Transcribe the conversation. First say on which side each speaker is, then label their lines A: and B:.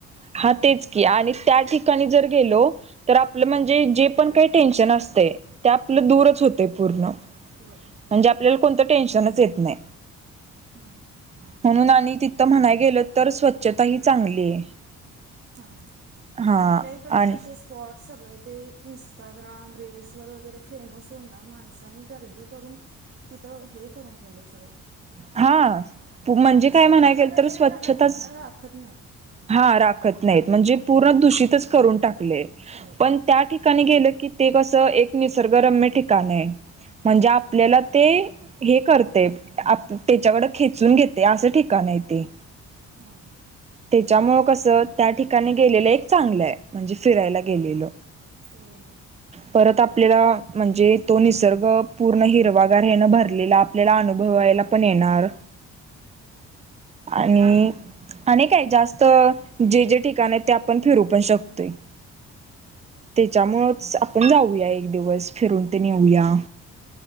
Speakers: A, on the right; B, on the right.
A: हा तेच की आणि त्या ठिकाणी जर गेलो तर आपलं म्हणजे जे पण काही टेन्शन असते ते आपलं दूरच होते पूर्ण
B: होय
A: म्हणजे आपल्याला कोणतं टेन्शनच येत नाही
B: हां
A: म्हणून आणि तिथं म्हणाय गेलं तर स्वच्छता ही चांगली आहे
B: हा
A: हा
B: आपल्याकडचे
A: आणि
B: कसे स्पॉर्ट सगळे ते इंस्टाग्राम रीलस वर वगैरे फेमस होन ना माणसांनी गर्दी करून तिथं हे करून ठेवलंय सगळं
A: हा म्हणजे काय
B: स्वच्छता
A: म्हणाय गेल
B: वगैरे
A: तर स्वच्छताच
B: राहत राखत नाहीत
A: हा नाही म्हणजे पूर्ण दूषित करून टाक
B: होय
A: पण त्या ठिक ठिकाणी गेलं की ते कसं एक निसर्गरम्य ठिकाण आहे म्हणजे
B: हां
A: आपल्याला ते हे करते त्याच्याकड खेचून घेते असं ठिकाण य तेे
B: हां
A: त्याच्यामुळं कसं त्या ठिकाणी गेलेलं एक चांगलं आहे म्हणजे फिरायला गेलेलं
B: हो हो
A: परत आपल्याला म्हणजे तो निसर्ग पूर्ण हिरवागार हेण भरलेला आपल्याला अ अनुभवायला पण येणार
B: भदरदलर
A: आणि आणि काय जास्त जे जे ठिकाण आहे ते आपण फिरू पण शकतोय त्याच्यामुळेच
B: हां
A: आपण जाऊ ऊया एक दिवस फिरून ते नऊया